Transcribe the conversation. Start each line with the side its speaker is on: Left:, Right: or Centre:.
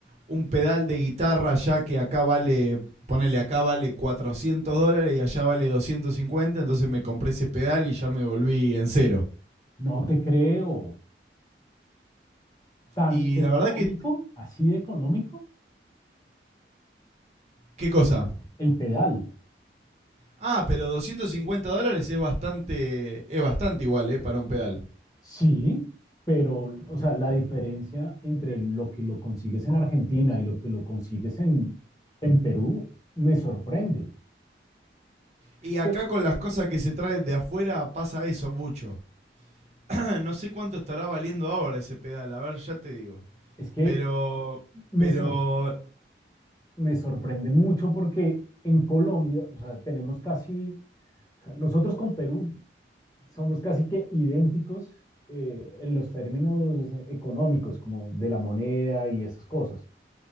Right: un pedal de guitarra ya que acá vale, ponele acá vale 400 dólares y allá vale 250, entonces me compré ese pedal y ya me volví en cero.
Left: No te creo. ¿Tan
Right: Y
Left: económico?
Right: la verdad que,
Left: ¿Así de económico?
Right: ¿qué cosa?
Left: El pedal.
Right: Ah, pero 250 dólares es bastante, es bastante igual, ¿eh? Para un pedal.
Left: Sí, pero, o sea, la diferencia entre lo que lo consigues en Argentina y lo que lo consigues en, en Perú me sorprende.
Right: Y acá
Left: Te-
Right: con las cosas que se traen de afuera pasa eso mucho. <clears throat> <coughs> no sé cuánto estará valiendo ahora ese pedal, a ver, ya te digo.
Left: es que
Right: Pero,
Left: me,
Right: pero,
Left: sor- me sorprende mucho porque en Colombia, o sea, tenemos casi, nosotros con Perú somos casi que idénticos eh, en los términos económicos, como de la moneda y esas cosas.